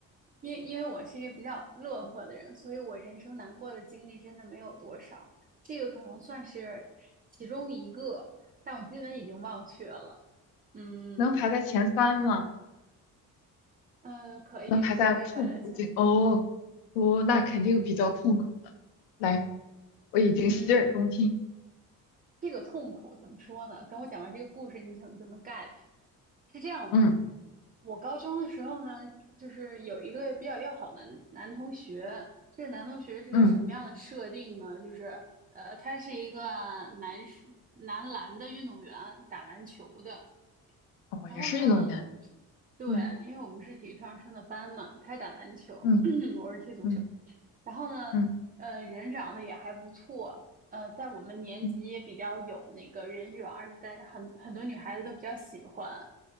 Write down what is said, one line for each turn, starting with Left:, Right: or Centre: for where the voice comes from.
Right: 因为因为我是一个比较乐呵的人，所以我人生难过的经历真的没有多少，这个可能算是其中一个，但我基本已经忘却了。嗯，
Left: 能排在前三吗？
Right: 呃，可以可以吧，
Left: 能排在痛苦这哦
Right: 大家。
Left: 哦，那肯定比较痛苦了。来，我已经洗耳恭听。
Right: 嗯，这个痛苦怎么说呢？等我讲完这个故事，你可能就能 get。是这样的，
Left: 嗯
Right: 我高中的时候呢，就是有一个比较要好的男同学。这个男同学是个什么样的设定呢？
Left: 嗯，
Right: 就是呃，他是一个男士男篮的运动员，打篮球的。
Left: 哦，
Right: 然后呢，
Left: 也是运动员。
Right: 对，
Left: 嗯
Right: 因为我们是体育特长生的班嘛，他打篮球，
Left: 嗯
Right: <clears throat> 我是踢足球。
Left: 嗯
Right: 然后呢，
Left: 嗯
Right: 呃，人长得也还不错，呃，在我们年级也比较有那个人缘儿，
Left: 嗯，
Right: 在很很多女孩子都比较喜欢。